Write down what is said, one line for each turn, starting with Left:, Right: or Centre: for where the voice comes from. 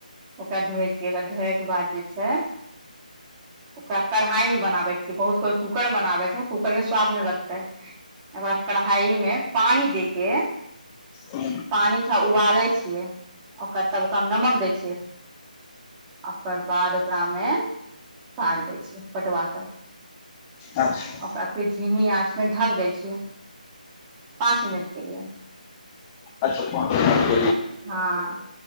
Right: ओकरा धोइ छियै ओकरा धोएके बाद जे छै ओकरा कढ़ाई मे बनाबे छियै बहुत कोइ कूकर में बनाबे छै कूकर के स्वाद नहि लगते ओकरा कढ़ाई मे पानी दे के
Left: हँ
Right: पानि थोड़ा उबालै छियै ओकरा तब ओकरा हम नमक देय छियै ओकर बाद ओकरामे साग दै छियै पटुवा के
Left: अच्छा
Right: ओकरा फेर झिमी आँच मे ढक दै छियै पाँच मिनट के लिए
Left: अच्छा को <inaudible>
Right: हँ